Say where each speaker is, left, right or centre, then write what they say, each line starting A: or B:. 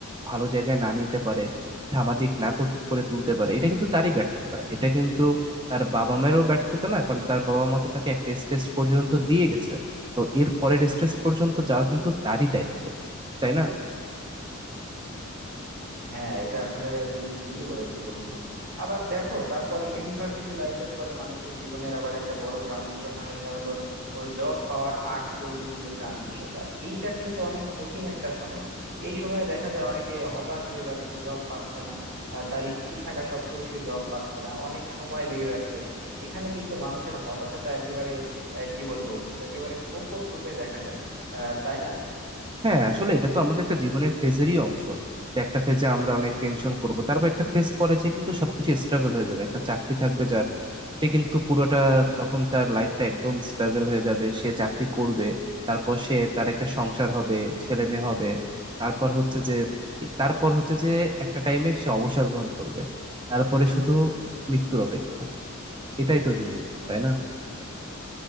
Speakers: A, on the right; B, on the right.
A: ভালো জায়গায় না নিতে পারে সামাজিক না কতু- করে তুলতে পারে এটা কিন্তু তারই ব্যর্থতা এটা কিন্তু তার বাবা মায়েরও ব্যর্থতা না কারণ তার বাবা মা তো তাকে একটা স্টেজ পর্যন্ত দিয়ে গেছে তো এর পরের স্টেজ পর্যন্ত যাওয়া কিন্তু তারই দায়িত্ব তাই না
B: হ্যাঁ এটা আসলে তুমি ঠিকই বলেছো বন্ধু আবার দেখো তারপরে ইউনিভার্সিটি লাইফের পরে মানুষের জীবনের আবার একটা বড় ট্রানজিশন হয় এটা হলো ও জব পাওয়ার আগ পর্যন্ত যে ট্রানজিশনটা এইটা কিন্তু অনেক কঠিন একটা সময় এই সময়ে দেখা যায় অনেকে হতাশ হয়ে যাচ্ছে জব পাচ্ছে না আহ, তার স্কিল থাকা সত্ত্বেও সে জব পাচ্ছে না অনেক সময় লেগে যাচ্ছে এখানে কিন্তু মানুষের হতাশাটা একেবারে আহ, কি বলবো একেবারে প্রকট রূপে দেখা যায় আহ, তাই না
A: হ্যাঁ আসলে এটা তো আমাদের একটা জীবনের ফেজেরই অংশ যে একটা ফেজে আমরা অনেক টেনশন করব তারপর একটা ফেজ পরে যে কিন্তু সবকিছু স্টেবল হয়ে যাবে একটা চাকরি থাকবে যার সে কিন্তু পুরোটা তখন তার লাইফটা একদম স্টেবল হয়ে যাবে সে চাকরি করবে তারপর সে তার একটা সংসার হবে ছেলে মেয়ে হবে তারপর হচ্ছে যে তারপর হচ্ছে যে একটা টাইমে সে অবসর গ্রহণ করবে তারপরে শুধু মৃত্যুর অপেক্ষা এটাই তো জীবন তাই না